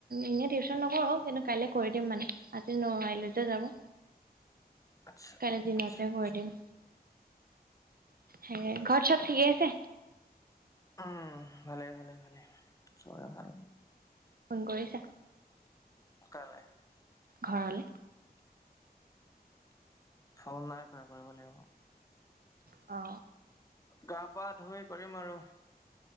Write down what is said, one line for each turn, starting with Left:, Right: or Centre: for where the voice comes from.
Right: এনেই টিউচন নকৰো কিন্তু কাইলে কৰি দিম মানে আজি নোৱাৰিলো যে যাব
Left: আচ্ছা
Right: কালি দিনতে
Left: আচ্ছা
Right: কৰি
Left: আচ্ছা
Right: দিম হে ঘৰ চব ঠিকে আছে
Left: উম ভালে ভালে ভালে চৰা ভাল
Right: ফোন কৰিছা
Left: কালে
Right: ঘৰলে
Left: ফোন নাই কৰা কৰিব লাগিব
Right: অ
Left: গা পা ধুই কৰিম আৰু